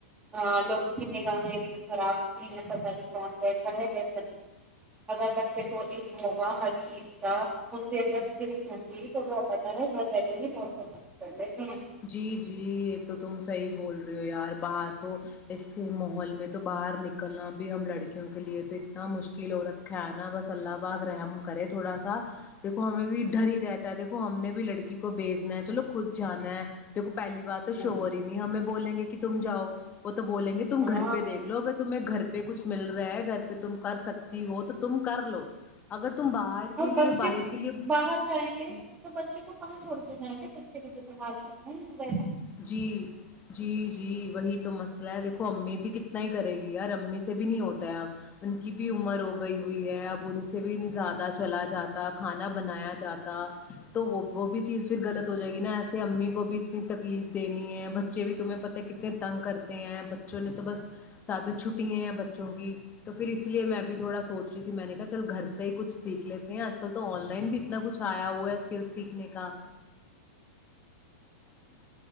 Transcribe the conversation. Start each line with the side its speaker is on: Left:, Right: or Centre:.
Right: <unintelligible> لوگوں کی نگامیں اتنی خراب ہوتی ہیں پت کہ کون کیسا ہے کیسا نہیں اگر بچے تو ایک ہوگا چیز کا اورکسنتی تو پت ن بہتمے
Left: جی جی یہ تو تم صحیح بول رہی ہو یار باہر تو اس ماحول میں تو باہر نکلنا بھی ہم لڑکیوں کے لیے تو اتنا مشکل ہو رکھا ہے نا بس اللہ بغ رہ ہم کرے تھوڑا سا دیکھو ہمیں بھی ڈر ہی رہتا ہے دیکھو ہم نے بھی لڑکی کو بیجنا ہے چلو خود جانا ہے دیکھو پہلی بار
Right: ہیں
Left: تو شوہور ہی نہیں ہمیں بولیں گے کہ کہ تم جاؤ پ تو بولیں گے تم
Right: ہاں
Left: گھر پہیک لو اگر تمہیں گھر پہ کچھ مل رہا ہے گھر پہ تم کر سکتی ہو تو تم کر لو اگر تم باہر کے
Right: اور
Left: لیے
Right: بچے
Left: باہر کے لیے
Right: باہر جائیں گے
Left: جی
Right: تو بچے کو کہاں چھوڑتے جائیں گے بھی تو سنبھالنے ہیں
Left: جی جی جی وہی تو مسئلہ ہے دیکھو امی بھی کتنا ہی کرے گی یار امی سے بھی نہیں ہوتا ہے اب ان کی بھی عمر ہو گئی ہوئی ہے اب ان سے بھی زیادہ چلا جاتا کھانا بنایا جاتا تو وہ وہ بھی چیز پھر غلط ہو جائے گی نا ایسا امی کو بھی اتنی تکلیف دینی ہے بچے بھی تمہیں پتا کتنے تنگ کرتے ہیں بچوں نے تو بس ساتھ میں چھٹی ہیں بچوں کی تو پھر اس لیے میں بھی تھوڑا سوچ رہی تھی میں نے کہا چل گھر سے ہی کچھ سیکھ لیتے ہیں آج کل تو آن لائن بھی اتنا کچھ آیا ہوا ہے اسکل سیکھنے کا ہ